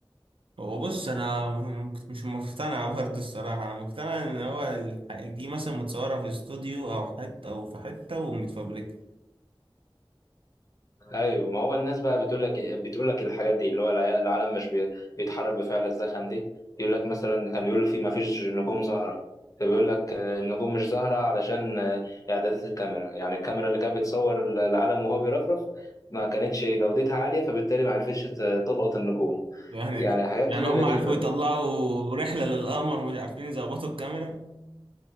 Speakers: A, on the right; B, on the left.
A: هو بص انا م- مش مقتنع <laughs> برضه الصراحه انا مقتنع ان هو الح- دي مثلا متصوره في استوديو او حته او في حته ومتفبركه
B: ايوه ما هو الناس بقى بتقول لك إيه، بتقول لك الحاجات دي اللي هو الع- العالم مش بي- بيتحرك بفعل الزخم دي يقول لك مثلا كان بيقولوا في ما فيش نجوم زهره بيقول لك آه، النجوم مش زهره علشان آه، اعدادات الكاميرا يعني الكاميرا اللي كانت بتصور ال- العالم وهو بيرفرف ما كانتش جودتها عاليه فبالتالي ما عرفتش ت- تلقط النجوم
A: يعني
B: يعني حاجات
A: يعني
B: كده
A: هم
B: غريبه
A: عرفوا يطلعوا رحله للقمر ومش عارفين يظبطوا الكاميرا